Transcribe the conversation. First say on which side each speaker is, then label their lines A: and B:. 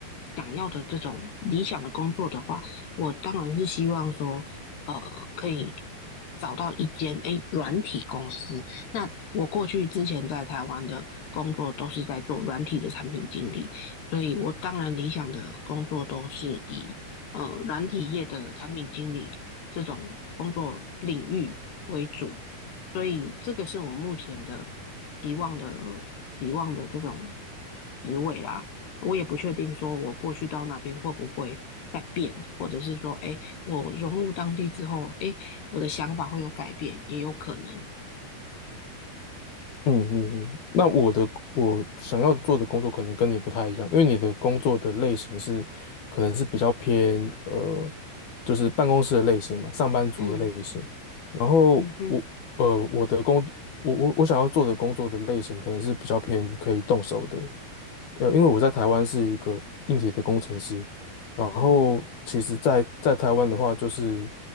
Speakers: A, on the left (about 85°); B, on the left (about 70°).
A: 想要的这种理想的工作的话，我当然是希望说，呃，可以找到一间诶软体公司。那我过去之前在台湾的工作都是在做软体的产品经理，所以我当然理想的工作都是以呃软体业的产品经理这种工作领域为主，所以这个是我目前的期望的期望的这种职位啦。我也不确定说我过去到那边会不会再变，或者是说，哎，我融入当地之后，哎，我的想法会有改变，也有可能。
B: 嗯嗯嗯，那我的我想要做的工作可能跟你不太一样，因为你的工作的类型是可能是比较偏呃，就是办公室的类型嘛，上班族的类型。
A: 嗯
B: 然后我呃我的工我我我想要做的工作的类型可能是比较偏可以动手的，
A: 嗯哼，
B: 呃，因为我在台湾是一个硬体的工程师，然后其实在，
A: 哦，
B: 在台湾的话，就是